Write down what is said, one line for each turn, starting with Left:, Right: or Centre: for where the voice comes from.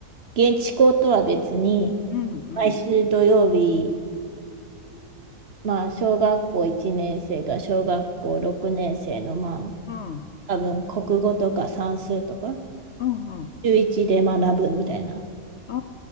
Right: 現地校とは別に、
Left: うん、うん、
Right: 毎週土曜日、まあ、小学校1年生が小学校6年生の、まあ、
Left: うん。
Right: 多分国語とか算数とか、
Left: うんうん。
Right: 週一で学ぶみたいな。
Left: あ